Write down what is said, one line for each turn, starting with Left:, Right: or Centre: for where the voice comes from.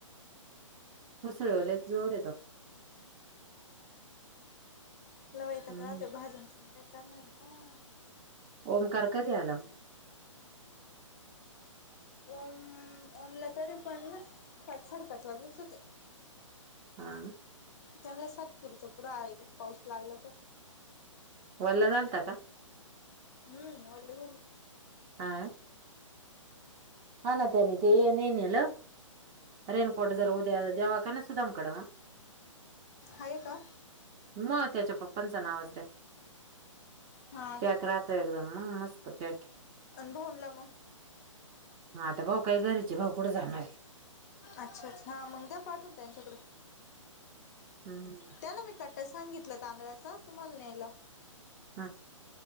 Right: होसळवाले जोर
Left: लई वैताग
Right: हम्म
Left: राहतेय भाज्यांच मग काय करणार तर.
Right: ओमकार कधी आला म.
Left: ओम ओमला तरी पण ना पाच साडेपाच वाजले च होते.
Right: हा ना.
Left: त्यांला सातपुरच्या पुड इकडे पाऊस लागलाच होता.
Right: वल्ला झालता का.
Left: हम्म वले झालेत.
Right: आ. हान ते ना तेे ननला रेनकोट जर उद्या देवाखना सुधाम कडवा
Left: आहे का
Right: मग त्याच्या पप्पांचं नाव
Left: हा
Right: पॅक राहतो एकदम मग मस्त पॅके
Left: अन भवूनला मग.
Right: मग आता भाऊ काही घरीचे भाऊ कुठे जाणार आहे.
Left: अच्छा अच्छा हा मंग दया पाठवून त्यांच्याकडे.
Right: हम्म.
Left: त्याला मी कट्टा सांगितलं तांदळाचा तुम्हाला न्यायला.
Right: हा